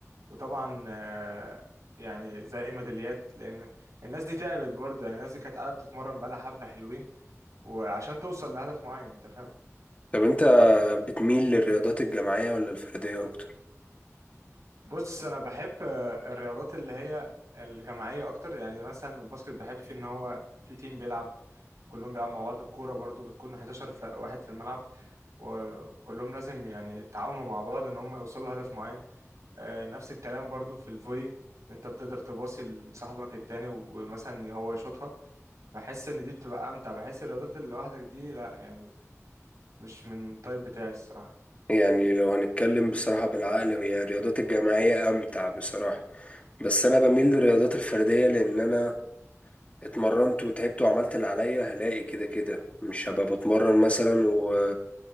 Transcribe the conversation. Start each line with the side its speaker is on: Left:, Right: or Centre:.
Right: وطبعا آه، يعني زي ميداليات لأن الناس دي تعبت برضه يعني الناس دي كانت قاعدة بتتمرن بقالها حبة حلوين وعشان توصل لهدف معين أنت فاهم
Left: طب انت بتميل للرياضات الجماعية ولا الفردية اكتر
Right: بص انا بحب آه، الرياضات اللي هي الجماعيه اكتر يعني مثلا الباسكت بحب فيه ان هو في تيم بيلعب كلهم بيلعب مع بعض الكوره برضو بتكون 11 ف- واحد في الملعب وكلهم لازم يعني يتعاونوا مع بعض ان هم يوصلوا لهدف معين آه، نفس الكلام برضو في الفولي انت بتقدر تباصي لصاحبك التاني و- ومثلا هو يشوطها بحس ان دي بتبقى امتع بحس الرياضات اللي لوحدك دي لا يعني مش من الطيب بتاعي الصراحه
Left: يعني لو هنتكلم بصراحة بالعقل هي الرياضات الجماعية امتع بصراحة بس انا بميل للرياضات الفردية لان انا اتمرنت وتعبت وعملت اللي عليا هلاقي كده كده مش هبقى بتمرن مثلا و...